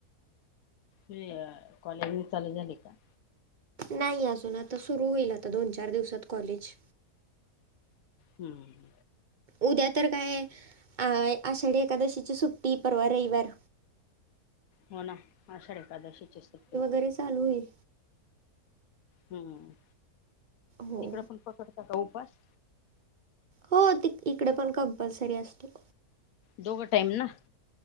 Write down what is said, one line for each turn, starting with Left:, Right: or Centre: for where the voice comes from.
Left: ते कॉलेज मग चालू झालय का
Right: नाही अजून आता सुरू होईल आता दोन चार दिवसात कॉलेज
Left: हम्म
Right: उद्या तर काय अ आषाढी एकादशीची सुट्टी परवा रविवार
Left: हो ना आषाढ एकादशीची सुट्टी
Right: परत चालू होईल
Left: हम्म
Right: हो.
Left: तिकडं पण पकडता का उपवास
Right: हो तिक इकडं पण कंपल्सरी असतो
Left: दोघं टाइम ना